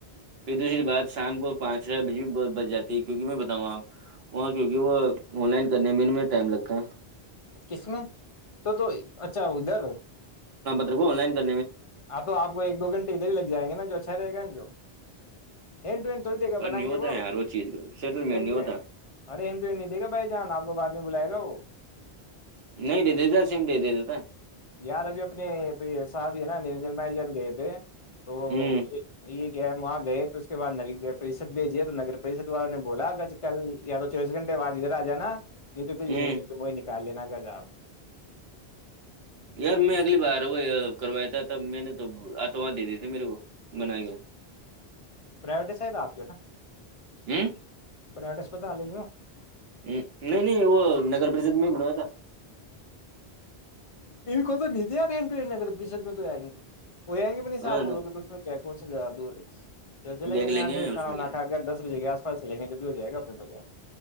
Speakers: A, on the right; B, on the left.
A: پھر دوسری بات شام کو پانچ ہزار ب بھی بچ جات کیکہ میں بتاؤںا آپ وہاں کیکہ وہ آن لائن کرنے میں ان ٹائم لگتا ہے
B: کس میں تو تو اچھا ادھر
A: کونائن کا
B: ہاں تو آپ کو ایک دو گھٹے ادھر ہی لگ جائیں گ نا جو اچھا رہے گا جو ہینڈ ٹ ہینڈ تھوڑی
A: ہے
B: دے گا
A: پر
B: بنا
A: نہیں ہوتا
B: کے وہ
A: ہے یار چیز سیٹلمنٹ
B: ہینڈ
A: نہیں
B: اینڈ
A: ہوتا
B: ارے ہینڈ ٹو اینڈ نہیں دے گا بھائی جان آپ کو بعد میں بلائے گا وہ
A: نہیں دے دیتا سیم دے دے دیتا
B: یار ابھی اپنی سا بھی ہے نا نجر نائی جان گئے تھے تو
A: ہوں
B: یہ یہ کیا ہم وہاں گئے تو اس کے بعد ن پریشد بھیجے تو نگر پریشد والوں نے بولا کل یا تو چوبیس گھٹ بعد ادھر آ جانا نہیں تو بھیی
A: ہوں
B: متر وہ نکال لینا ج آپ
A: یار میں اگلی بار وہ کروایا تھا تب میں نے تو آتواں دے دیے تھے میرے کو بنا کے
B: پرائیویٹ ہے شاید آپ کے نا
A: ہ
B: پرائیویٹ اسپتال ہے
A: نہیں نہیں وہ نگر پریشد میں ہی بنوایا تھا
B: کوت ند ارنٹوگا بشد م تو ار گنٹو ہو جائیں گ بھی نہیں صح
A: تھا
B: بولو کہ تو اس میں کیا پہنچ جاا دورے چ چلے
A: دیکھ
B: گن
A: لیں
B: آج
A: گے
B: ہی
A: اس
B: کھانا
A: میں کیا ہے
B: کا کر دس بجے گیس پرسلیں گے جب بھی ہو جائے گا اپنے ہو جائے